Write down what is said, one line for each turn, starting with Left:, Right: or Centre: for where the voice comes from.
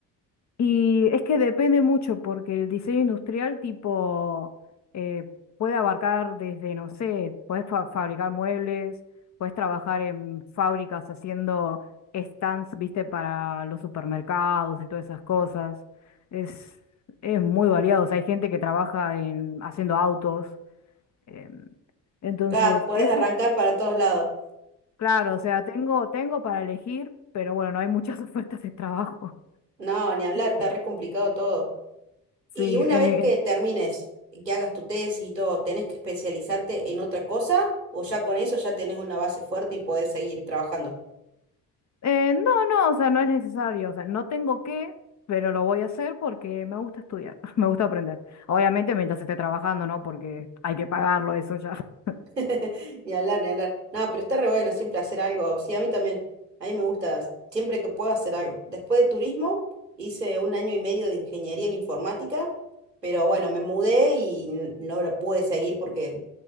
Left: Y es que depende mucho, porque el diseño industrial tipo eh, puede abarcar desde, no sé, puedes fa- fabricar muebles, puedes trabajar en fábricas haciendo stands, viste, para los supermercados y todas esas cosas. Es, es muy variado. O sea, hay gente que trabaja en, haciendo autos. em, entonces,
Right: Ah, podés
Left: ese,
Right: arrancar para todos lados.
Left: claro, o sea, tengo, tengo para elegir, pero bueno, no hay muchas <laughs> ofertas de trabajo.
Right: No, ni hablar, está
Left: Eh,
Right: re complicado todo.
Left: Sí,
Right: Y
Left: en,
Right: una vez
Left: en-
Right: que termines, que hagas tu tesis y todo, ¿tenés que especializarte en otra cosa? ¿O ya con eso ya tenés una base fuerte y podés seguir trabajando?
Left: Eh, no, no, o sea, no es necesario, o sea, no tengo que, pero lo voy a hacer porque me gusta estudiar, <laughs> me gusta aprender. Obviamente mientras esté trabajando, ¿no? Porque hay que pagarlo eso ya. <laughs>
Right: <laughs> Ni hablar, ni hablar. No, pero está re bueno siempre hacer algo. Sí, a mí también. A mí me gusta siempre que puedo hacer algo. Después de turismo, hice un año y medio de ingeniería en informática, pero bueno, me mudé y n- no lo pude seguir porque